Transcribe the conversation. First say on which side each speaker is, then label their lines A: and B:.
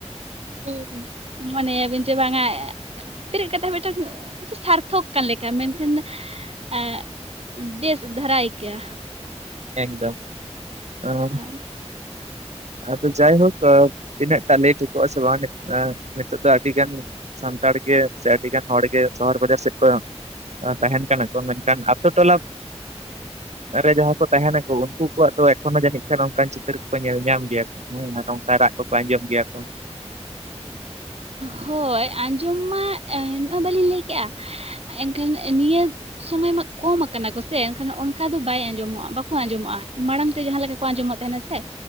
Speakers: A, on the right (about 75°); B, on the right (about 60°).
A: ᱦᱩᱸ ᱦᱩᱸ᱾
B: ᱢᱚᱱᱮᱭᱟᱵᱤᱱ ᱪᱮ ᱵᱟᱝᱟ ᱵᱮᱨᱮᱫ ᱠᱟᱛᱮ ᱦᱚᱸ ᱢᱤᱫᱴᱟᱝ ᱡᱮ ᱥᱟᱨᱛᱷᱚᱠ ᱠᱟᱱ ᱞᱮᱠᱟ᱾ ᱢᱮᱱᱠᱷᱟᱱ ᱮᱸ ᱵᱮᱥ ᱫᱷᱟᱨᱟ ᱟᱹᱭᱠᱟᱹᱜ-ᱟ᱾
A: ᱮᱠᱫᱚᱢ ᱟᱢ
B: ᱦᱳᱭ
A: ᱟᱫᱚ ᱡᱟᱭᱦᱳᱠ ᱛᱤᱱᱟᱹᱜ ᱴᱟ ᱞᱮᱭ ᱴᱷᱤᱠᱚᱜ-ᱟ ᱥᱮ ᱵᱟᱝ ᱮᱸ ᱱᱤᱛᱚᱜ ᱫᱚ ᱟᱹᱰᱤ ᱜᱟᱱ ᱥᱟᱱᱛᱟᱲ ᱜᱮ ᱥᱮ ᱟᱹᱰᱤ ᱜᱟᱱ ᱦᱚᱲ ᱜᱮ ᱥᱚᱦᱚᱨ ᱵᱟᱡᱟᱨ ᱥᱮᱫ ᱠᱚ ᱮᱸ ᱛᱟᱦᱮᱱ ᱠᱟᱱᱟ ᱠᱚ ᱢᱮᱱᱠᱷᱟᱱ ᱟᱛᱳ ᱴᱚᱞᱟ ᱨᱮ ᱡᱟᱦᱟᱸ ᱠᱚ ᱛᱟᱦᱮᱱᱟᱠᱚ ᱩᱱᱠᱩ ᱠᱚᱣᱟᱜ ᱫᱚ ᱮᱠᱷᱚᱱᱳ ᱡᱟᱹᱱᱤᱡ ᱠᱷᱟᱱ ᱚᱱᱠᱟᱱ ᱪᱤᱛᱟᱹᱨ ᱠᱚᱠᱚ ᱧᱮᱞ ᱧᱟᱢ ᱜᱮᱭᱟ ᱠᱚ ᱾ ᱦᱮᱸ ᱱᱚᱝᱠᱟ ᱨᱟᱜ ᱠᱚᱠᱚ ᱟᱸᱡᱚᱢ ᱜᱮᱭᱟ ᱠᱚ ᱾
B: ᱦᱳᱭ ᱟᱸᱡᱚᱢ ᱢᱟ ᱱᱚᱜᱼᱚᱭ ᱵᱟᱹᱞᱤᱧ ᱞᱟᱹᱭ ᱠᱮᱜᱼᱟ ᱾ ᱮᱱᱠᱷᱟᱱ ᱱᱤᱭᱟᱹ ᱥᱚᱢᱚᱭ ᱢᱟ ᱠᱚᱢ ᱟᱠᱟᱱᱟ ᱠᱚ ᱥᱮ ᱮᱱᱠᱷᱟᱱ ᱚᱱᱠᱟ ᱫᱚ ᱵᱟᱭ ᱟᱸᱡᱚᱢᱚᱜᱼᱟ ᱵᱟᱠᱚ ᱟᱸᱡᱚᱢᱚᱜᱼᱟ ᱢᱟᱲᱟᱝ ᱛᱮ ᱡᱟᱦᱟᱸ ᱞᱮᱠᱟ ᱠᱚ ᱟᱸᱡᱚᱢᱚᱜ ᱛᱟᱦᱮᱱᱟ ᱥᱮ,